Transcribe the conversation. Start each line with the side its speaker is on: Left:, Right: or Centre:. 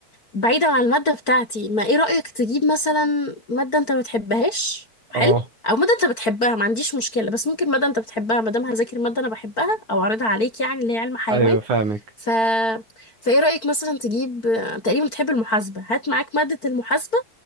Left: بعيدا عن المادة بتاعتي ما ايه رأيك تجيب مثلا مادة انت ما بتحبهاش حلو
Right: اه
Left: او مادة انت بتحبها ما عنديش مشكلة بس ممكن مادة انت بتحبها ما دام هذاكر مادة انا بحبها او اعرضها عليك يعني اللي هي علم حيوان
Right: ايوه فاهمك
Left: ف فايه رأيك مثلا تجيب تقريبا بتحب المحاسبة هات معاك مادة المحاسبة